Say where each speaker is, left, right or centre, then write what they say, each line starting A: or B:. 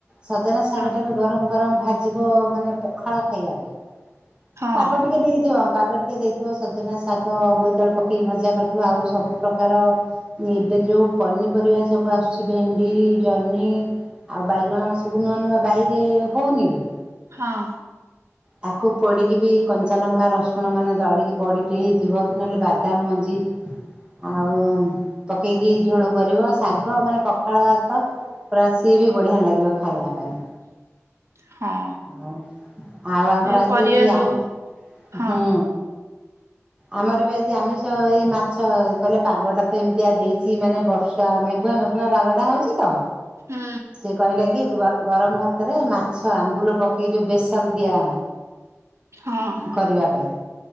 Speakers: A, on the right; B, on the right.
A: ସଜନା ଶାଗ
B: ହଁ
A: ଟା ବି ଗରମ ଗରମ ଭାଜିବ ମାନେ ପଖାଳ ଖାଇବା ପାଇଁ
B: ହଁ
A: ପାଗ ଟିକେ ଦେଇଥିବ ଆମେ ପାଗ ଟିକେ ଦେଇ ଥିବ ସଜନା ଶାଗ ବୋଇତାଳୁ ପକେଇକି ଭଜା କରିଥିବ ଆଉ ସବୁ ପ୍ରକାର ଏବେ ଯୋଉଁ ପନିପରିବା ସବୁ ଆସୁଛି ଭେଣ୍ଡି, ଜହ୍ନି ଆଉ ବାଇଗଣ ସବୁ ନୂଆ ନୂଆ ବାଇରେ ହଉନି କି
B: ହଁ।
A: ତାକୁ ପୋଡ଼ିକି ବି କଞ୍ଚା ଲଙ୍କା ରସୁଣ ମାନେ ଦଳିକି ବଡ଼ିି ଟିକେ ହେଇଥିବ କି ନହେଲେ ବାଦାମ ମଞ୍ଜି ଆଉ ପକେଇକି ଝୋଳ କରିବ। ଶାଗ ମାନେ ପଖାଳ ଭାତ ପୁରା ସିଏ ବି ବଢିଆ ଲାଗିବ ଖାଇବା ପାଇଁ।
B: ହଁ।
A: ଆଉ ଆଉ ଆମର
B: ଏ
A: ଆଜି
B: ପରିବା
A: ଆମେ
B: ସବୁ ହଁ
A: ହୁଁ ଆମର ବି ଆଜି ଆମିଷ ଏଇ ମାଛ କହିଲ ପାଗଟା ତ ଏମିତିଆ ଦେଇଛି ମାନେ ବର୍ଷା ମେଘୁଆ ମେଘୁଆ ପାଗ ଟା ହଉଛି ତ।
B: ହୁଁ।
A: ସେ କହିଲା କି ଗ ଗରମ ଭାତରେ ମାଛ ଆମ୍ବୁଲ ପକେଇ ଯୋଉ ବେସର ଦିଆ
B: ହଁ ହଁ
A: କରିବା ପାଇଁ